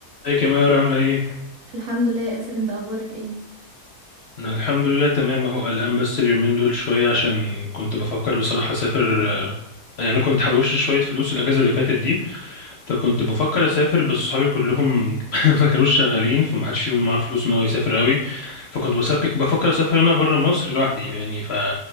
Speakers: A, on the left; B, on the right.
A: ازيك يا مايور عاملة ايه؟
B: الحمد لله يا ياسر انت اخبارك ايه
A: أنا الحمد لله تمام اهو قلقان بس اليومين دول شوية عشان كنت بفكر بصراحة أسافر آه، يعني أنا كنت حوشت شوية فلوس الأجازة اللي فاتت دي فكنت بفكر أسافر بس صحابي كلهم <laughs> ما كانوش شغالين فما حدش فيهم معاه فلوس إن هو يسافر أوي فكنت بسك... بفكر أسافر أنا برا مصر لوحدي يعني ف